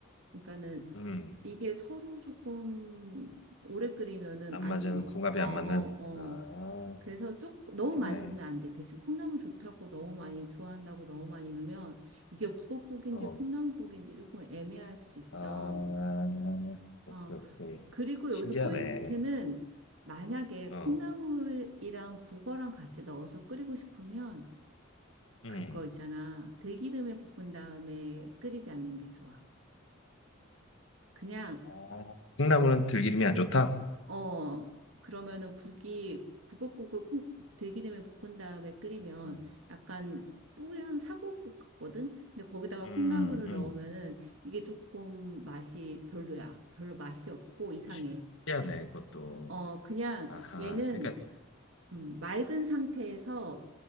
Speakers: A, on the right; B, on the left.
A: 그러니까는
B: 음,
A: 이게 서로 조금 오래 끓이면은
B: 안
A: 안
B: 맞은
A: 좋은 거.
B: 궁합이
A: 어,
B: 안
A: 어,
B: 맞는.
A: 어.
B: 아,
A: 그래서 조금 너무
B: 그러네.
A: 많이 넣으면 안 돼. 대신 콩나물 좋다고 너무 많이 좋아한다고 너무 많이 넣으면 이게 북엇국인지
B: 어,
A: 콩나물국인지 조금 애매할 수 있어.
B: 아, 오케이,
A: 어.
B: 오케이.
A: 그리고
B: 신기하네.
A: 여기서 포인트는 만약에
B: 어,
A: 콩나물이랑 북어랑 같이 넣어서 끓이고 싶으면 그거
B: 음.
A: 있잖아. 들기름에 볶은 다음에 끓이지 않는 게 좋아. 그냥
B: 아, 콩나물은 들기름이 안 좋다.
A: 어, 그러면은 국이 북엇국을 콩- 들기름에 볶은 다음에 끓이면
B: 음,
A: 약간 뿌연 사골국 같거든? 근데 거기다가
B: 음,
A: 콩나물을
B: 음.
A: 넣으면은 이게 조금 맛이 별로야. 별로 맛이 없고 이상해.
B: 신기하네, 그것도.
A: 어, 그냥
B: 아하,
A: 얘는
B: 그러니까,
A: 음, 맑은 상태에서